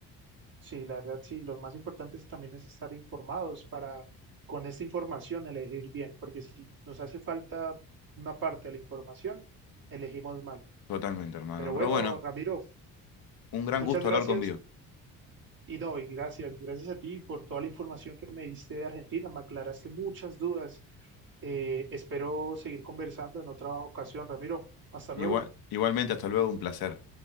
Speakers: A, on the right (about 55°); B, on the left (about 65°).
A: Sí, la verdad, sí, lo más importante es también es estar informados para con esta información elegir bien, porque si nos hace falta una parte de la información, elegimos mal.
B: Totalmente, hermano.
A: Pero
B: Pero
A: bueno,
B: bueno,
A: Ramiro,
B: Un gran
A: muchas
B: gusto
A: gracias.
B: hablar con Vivo.
A: Y no, y gracias, gracias a ti por toda la información que me diste de Argentina, me aclaraste muchas dudas. Eh, espero seguir conversando en otra ocasión, Ramiro. Hasta luego.
B: Igual, igualmente, hasta luego, un placer.